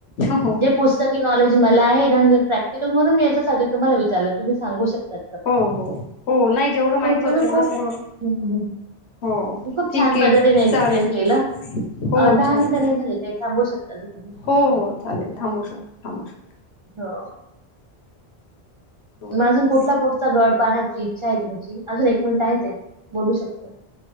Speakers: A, on the left; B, on the right.
A: हो
B: जे पुस् नॉलेज मला आहे म्हणजे प्रॅक्टिकल म्हणून मी याच्यासाठी तुम्हाला विचारलं तुम्ही सांगू शकता.
A: हो हो हो नाही जेवढं माहित होत
B: तुम्ही
A: तेवढ
B: खूप
A: सर्व
B: हम्म,
A: हो
B: खूप
A: ठीक
B: छान
A: आहे
B: पद्धतीने एक्सप्लेन
A: चालेल
B: केलं.
A: हो
B: अ दहा
A: छान
B: मिनिटं नाही झाले ताई. थांबू शकता अजून तुम्ही.
A: हो
B: दोन
A: हो चालेल थांबू शक थांबू शक
B: हा
A: दोन
B: अजून
A: कॉल
B: कुठला पुढचा गड पाहण्याची इच्छा आहे तुमची अजून एक मिनिट आहे बोलू शकत